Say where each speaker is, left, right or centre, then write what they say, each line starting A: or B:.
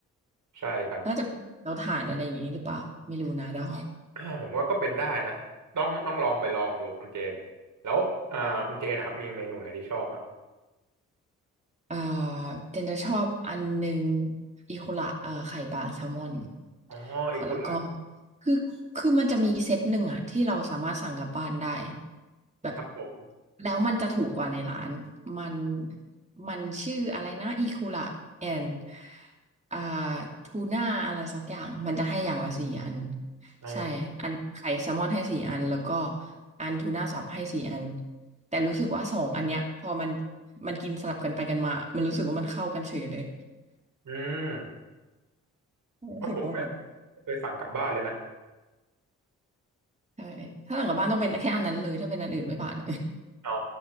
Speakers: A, on the right; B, on the right.
A: ใช่ครับ
B: น่าจะเราถ่านอะไรอย่างนี้หรือเปล่าไม่รู้นะเดา
A: อ่าผมว่าก็เป็นได้นะต้องต้องลองไปลองดูคุณเจนแล้วอ่าคุณเจนนะครับมีเมนูไหนที่ชอบมั้ง
B: เอ่อเจนจะชอบอันหนึ่งอีโคละเอ่อไข่ปลาแซลมอน
A: อ๋ออีคุระ
B: ค่ะแล้วก็คือคือมันจะมีเซตหนึ่งอะที่เราสามารถสั่งกลับบ้านได้แบบ
A: ครับผม
B: แล้วมันจะถูกกว่าในร้านมันมันชื่ออะไรนะอีคูละแอนอ่าทูน่าอะไรสักอย่างมันจะให้อย่างละสี่อัน
A: อ๋อ
B: ใช่อันไข่แซลมอนให้สี่อันแล้วก็อันทูน่าสับให้สี่อัน แต่รู้สึกว่าสองอันเนี้ยพอมันมันกินสลับกันไปกันมามันรู้สึกว่ามันเข้ากันเฉยเลย
A: อืม
B: รู้สึกว่าแบบ
A: ว่าะผมไม่ไม่เคยสั่งกลับบ้านเลยนะ
B: ใช่ถ้าหลังกลับบ้านต้องเป็นแค่อันนั้นเลยถ้าเป็นอันอื่นไม่ผ่าน
A: อ๋อ